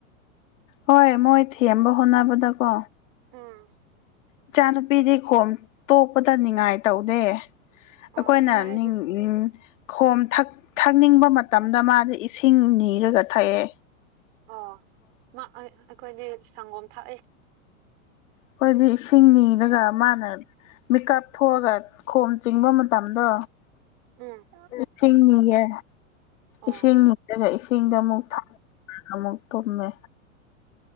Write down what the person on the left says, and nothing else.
ꯍꯣꯏ ꯃꯣꯏ ꯊꯦꯝꯕ ꯍꯣꯠꯅꯕꯗ ꯀꯣ
ꯏꯆꯥꯅꯨꯄꯤꯗꯤ ꯈꯣꯝ ꯇꯣꯛꯄꯗ ꯅꯤꯉꯥꯏ ꯇꯧꯗꯦ
ꯑꯈꯣꯏꯅ
ꯅꯤꯡ ꯈꯣꯝ ꯊꯛ ꯊꯛꯅꯤꯡꯕ ꯃꯇꯝꯗ ꯃꯥꯗꯤ ꯏꯁꯤꯡ ꯅꯤꯔꯒ ꯊꯛꯑꯦ
ꯈꯣꯏꯗꯤ ꯏꯁꯤꯡ ꯅꯤꯔꯒ ꯃꯥꯅ ꯃꯤꯀꯞ ꯊꯣꯛꯑꯒ ꯈꯣꯝ ꯆꯤꯡꯕ ꯃꯇꯝꯗꯣ
ꯏꯁꯤꯡꯅꯤꯌꯦ
ꯏꯁꯤꯡꯅꯤ ꯑꯗꯨꯒ ꯏꯁꯤꯡꯗ ꯑꯃꯨꯛ ꯊ ꯑꯃꯨꯛ ꯇꯨꯝꯃꯦ